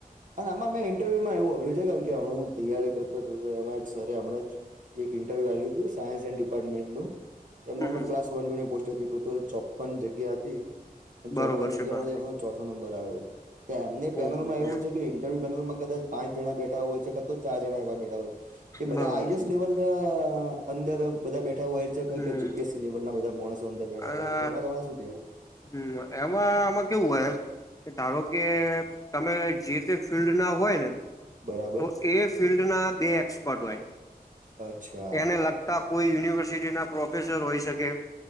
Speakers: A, on the right; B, on the left.
A: અને આમાં મેં ઇન્ટરવ્યુ માં એવું સાંભળ્યું છે છે, કેમ કે હમણાં હું તૈયારી કરતો તો એમાં એક સરે હમણા એક ઇન્ટરવ્યુ આપ્યું હતું સાયન્સ એન્ડ ડિપાર્ટમેન્ટ નુ એમા
B: હમ હમ
A: ક્લાસ વન ટુની પોસ્ટ હતી ટોટલ ચોપન જગ્યા હતી. અને ચોપન
B: બરોબર
A: જગ્યામાંથી
B: છે બા
A: એમનો ચોથો નંબર આવ્યો છે એમને પેનલમાં
B: ઓહો હો
A: એવું છે, કે ઈન્ટરવ્યુ પેનલ માં કદાચ પાંચ જણા બેઠા હોય છે કા તો ચાર જણા એવા બેઠા હોય એ બધા
B: બરોબર
A: આઈએસ
B: છે
A: લેવલ ના અંદર બધા બેઠા હોય.
B: હમ
A: જીપીએસસી લેવલ ના બધા માણસો અંદર બેઠા
B: અને
A: હોય છે, એમાં તમારે શું કેવુ
B: હમ એમાં આમાં કેવું હોય ધારો કે તમે જે તે ફિલ્ડ ના હોય, ને
A: બરાબર
B: તો એ ફિલ્ડના બે એક્સપર્ટ હોય.
A: અચ્છા
B: એને લગતા કોઈ યુનિવર્સિટીના પ્રોફેસર હોઈ, શકે